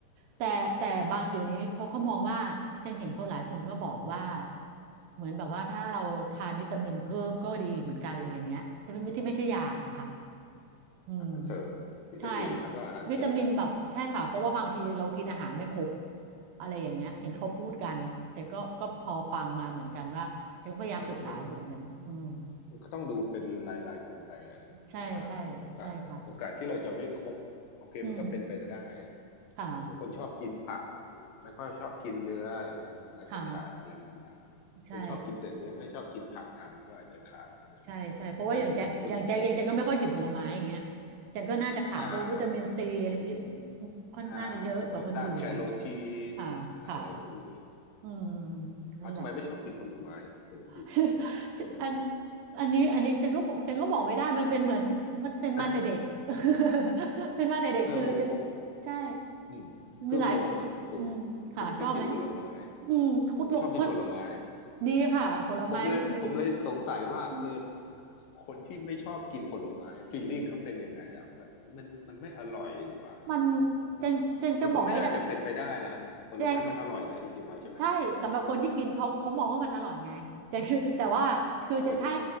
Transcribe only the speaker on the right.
แต่แต่บางเดี๋ยวนี้เขาก็มองว่าแจงเห็นเขาหลายคนก็บอกว่าเหมือนแบบว่าถ้าเราทานวิตามินเพิ่มก็ดีเหมือนกันเลยอย่างเงี้ยที่ไม่ที่ไม่ใช่ยานะคะ อืม
ใช่วิตามินแบบใช่ค่ะเพราะว่าบางทีเรากินอาหารไม่ครบอะไรอย่างเงี้ยเห็นเขาพูดกันจจนก็ก็พอฟังมาเหมือนกันว่าจนก็พยายามศึกษาอยู่เหมือนกันอืม
ใช่ใช่ใช่ค่ะอืมค่ะ
ค่ะใช่
ใช่ใช่เพราะว่าอย่างแจ็คอย่างแจ็คเองแจ็คก็ไม่ค่อยกินผลไม้อย่างเงี้ย
แจ็คก็น่าจะขาดพวกวิตามินซีอะไรเยอะ
ค่อนข้างเยอะกว่าคนอื่นอะไรเงี้ย
ค่ะค่ะ
อืมนั่นแหละ
<laughs> อันอันนี้อันนี้จังก็บอกจังก็บอกไม่ได้มันเป็นเหมือนมันเป็นมาแต่เด็ก
<laughs> เป็นมาแต่เด็กคือจะ
ใช่
มีหลายคนอืมค่ะชอบไหม
อืมคุณบอกคน
ดีค่ะผลไม้ดี
อืม
มัน
จันจังจังบอกไม่ได้
แจง ใช่สำหรับคนที่กินเขาเขามองว่ามันอร่อยไงแจงคือแต่ว่าคือจะถ้า